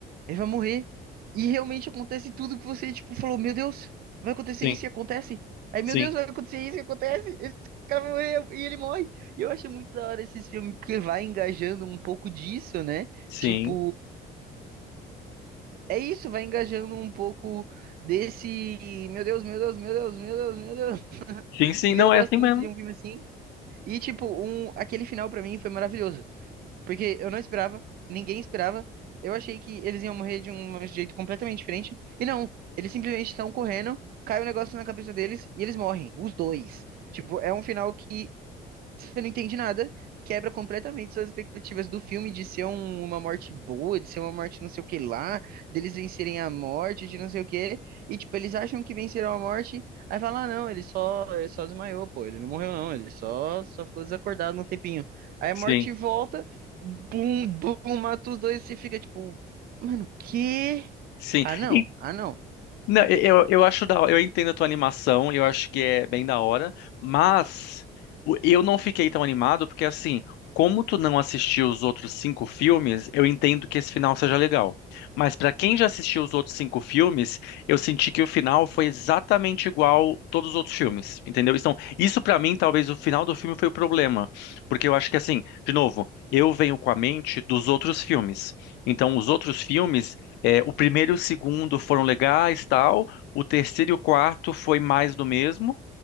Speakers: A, on the right; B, on the left.
A: Ele vai morrer. E realmente acontece tudo que você, tipo, falou, meu Deus, vai acontecer
B: Sim,
A: isso e acontece. Aí,
B: sim,
A: meu Deus, vai acontecer isso e acontece. Esse cara vai morrer e ele morre. E eu acho muito da hora esses filmes, porque vai engajando um pouco disso, né?
B: sim.
A: Tipo, é isso, vai engajando um pouco desse, meu Deus, meu Deus, meu Deus, meu Deus, meu Deus. <laughs>
B: Sim, sim,
A: E
B: não
A: eu gosto
B: é assim mesmo.
A: muito de um filme assim. E, tipo, um, aquele final pra mim foi maravilhoso. Porque eu não esperava, ninguém esperava. Eu achei que eles iam morrer de um jeito completamente diferente. E não, eles simplesmente estão correndo, cai um negócio na cabeça deles e eles morrem, os dois. Tipo, é um final que você não entende nada, quebra completamente suas expectativas do filme de ser um- uma morte boa, de ser uma morte não sei o que lá, deles vencerem a morte, de não sei o que, e tipo, eles acham que venceram a morte, aí fala, ah, não, ele só, ele só desmaiou, pô, ele não morreu não, ele só, só ficou desacordado um tempinho. Aí a
B: Sim,
A: morte volta, bum, bum, mata os dois, e você fica tipo, mano, que?
B: sim.
A: Ah, não,
B: E
A: ah, não.
B: Não, eu, eu acho da, eu entendo a tua animação, eu acho que é bem da hora, mas o- eu não fiquei tão animado porque assim, como tu não assistiu os outros cinco filmes, eu entendo que esse final seja legal. Mas pra quem já assistiu os outros cinco filmes, eu senti que o final foi exatamente igual todos os outros filmes, entendeu? Então, isso pra mim, talvez o final do filme foi o problema, porque eu acho que assim, de novo, eu venho com a mente dos outros filmes. Então, os outros filmes é, o primeiro e o segundo foram legais, tal. O terceiro e o quarto foi mais do mesmo.